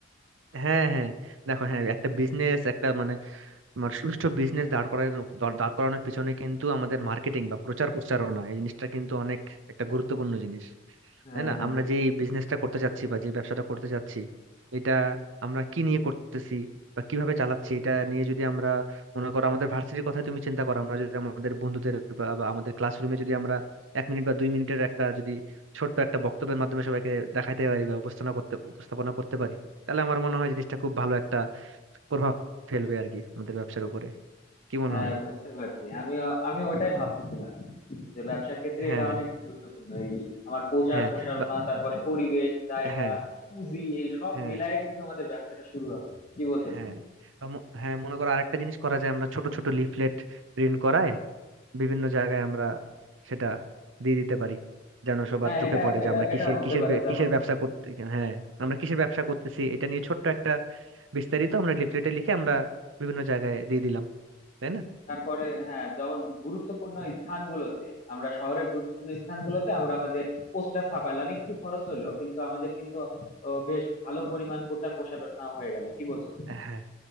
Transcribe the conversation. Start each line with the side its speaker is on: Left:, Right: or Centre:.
Right: হ্যাঁ হ্যাঁ দেখো হ্যাঁ একটা বিজনেস একটা মানে তোমার সুষ্ঠু বিজনেস দাঁড় করানোর দাঁড় করানোর পিছনে কিন্তু আমাদের মার্কেটিং বা প্রচার প্রচারণা এই জিনিসটা কিন্তু অনেক একটা গুরুত্বপূর্ণ জিনিস
Left: হ্যাঁ
Right: তাই না
Left: হ্যাঁ
Right: আমরা যে বিজনেসটা করতে যাচ্ছি বা যে ব্যবসাটা করতে যাচ্ছি এটা আমরা কি নিয়ে করতেছি বা কিভাবে চালাচ্ছি এটা নিয়ে যদি আমরা মনে করো আমাদের ভার্সিটির কথা তুমি চিন্তা করো আমরা যদি আমাদের বন্ধুদের বা বা আমাদের ক্লাসরুমে যদি আমরা এক মিনিট বা দুই মিনিটের একটা যদি ছোট্ট একটা বক্তব্যের মাধ্যমে সবাইকে দেখাইতে পারি বা উপস্থাপনা করতে উপস্থাপনা করতে পারি তাহলে আমার মনে হয় জিনিসটা খুব ভালো একটা প্রভাব ফেলবে আর কি আমাদের ব্যবসার উপরে কি মনে
Left: হ্যাঁ
Right: হয়
Left: বুঝতে পারছি আমিও আমি ওটাই ভাবতেছিলাম যে ব্যবসার ক্ষেত্রে
Right: হ্যাঁ
Left: এটা অনেক গুরুত্বপূর্ণ এই আমার প্রচার
Right: হ্যাঁ
Left: প্রসারণা
Right: বা
Left: তারপরে পরিবেশ জায়গা
Right: হ্যাঁ
Left: পুঁজি এই সব
Right: হ্যাঁ
Left: মিলায়ে কিন্তু আমাদের ব্যবসাটা শুরু হবে কি বলছো
Right: হ্যাঁ
Left: তুমি
Right: বা ম- হ্যাঁ মনে করো আরেকটা জিনিস করা যায় আমরা ছোট ছোট লিফলেট প্রিন্ট করায় বিভিন্ন জায়গায় আমরা সেটা দিয়ে দিতে পারি যেন সবার
Left: হ্যাঁ
Right: চোখে
Left: এটা
Right: পড়ে যে
Left: এটা
Right: আমরা কিসে
Left: এটা হতে
Right: কিসের
Left: পারে
Right: বে-
Left: যেমন
Right: কিসের ব্যবসা করতে হ্যাঁ আমরা কিসের ব্যবসা করতেছি এটা নিয়ে ছোট্ট একটা বিস্তারিত আমরা লিফলেটে লিখে আমরা বিভিন্ন জায়গায় দিয়ে দিলাম তাই না
Left: তারপরে হ্যাঁ যেমন গুরুত্বপূর্ণ স্থানগুলোতে আমরা শহরের গুরুত্বপূর্ণ স্থানগুলোতে আমরা আমাদের পোস্টার ছাপাইলাম একটু খরচ হলো কিন্তু আমাদের কিন্তু ও, বেশ ভালো পরিমাণ প্রচার প্রসারণা হয়ে গেল কি বলছো তুমি
Right: হ্যাঁ